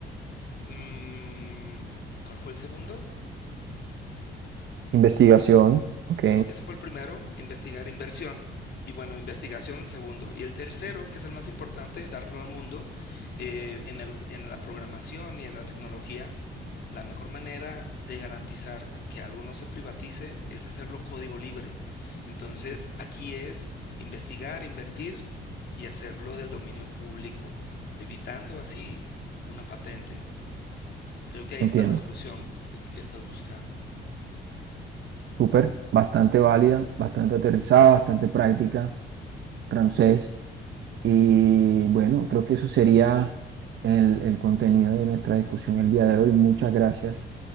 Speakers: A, on the left; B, on the right.
A: mm, ¿cuál fue el segundo?
B: Investigación, ok,
A: Ese fue el primero, investigar inversión. Y bueno, investigación el segundo. Y el tercero, que es el más importante, darlo al mundo eh, en el- en la programación y en la tecnología, La mejor manera de garantizar que algo no se privatice es hacerlo código libre. Entonces, aquí es investigar, invertir y hacerlo del dominio público, evitando así una patente. Creo que ahí
B: entiendo.
A: está la solución que estás buscando.
B: Súper, bastante válida, bastante aterrizada, bastante práctica, Ramsés. Y bueno, creo que eso sería el, el contenido de nuestra discusión el día de hoy. Muchas gracias.